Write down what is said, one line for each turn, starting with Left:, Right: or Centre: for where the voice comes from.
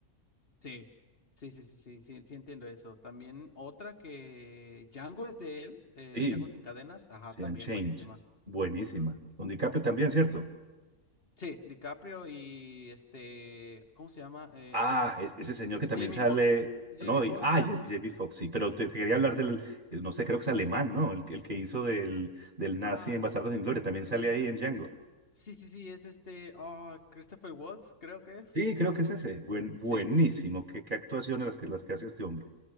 Left: Sí, sí, sí, sí, sí, sí, sí entiendo eso. También otra que Django es de él, eh,
Right: Sí,
Left: Django sin cadenas, ajá,
Right: sí,
Left: también
Right: Change,
Left: buenísima.
Right: buenísima.
Left: Ujú.
Right: Don DiCaprio también, ¿cierto?
Left: Sí, DiCaprio y este, ¿cómo se llama? Eh,
Right: Ah,
Left: es-
Right: es- ese señor
Left: eh,
Right: que también
Left: Jamie
Right: sale,
Left: Foxx. Jamie
Right: no, y-
Left: Foxx,
Right: ah,
Left: ah,
Right: J- J.B. Fox, sí, pero te, te quería hablar del, el- no sé, creo que es alemán, ¿no? El, que- el que hizo del, del nazi
Left: ah,
Right: en Bastardos sin Gloria,
Left: s-
Right: también sale
Left: eh,
Right: ahí en Django.
Left: sí, sí, sí, es este, ah, Christopher Waltz, creo que es.
Right: Sí, creo que es ese. Buen,
Left: Sí,
Right: buenísimo. Qué, qué actuaciones las que, las que hace este hombre.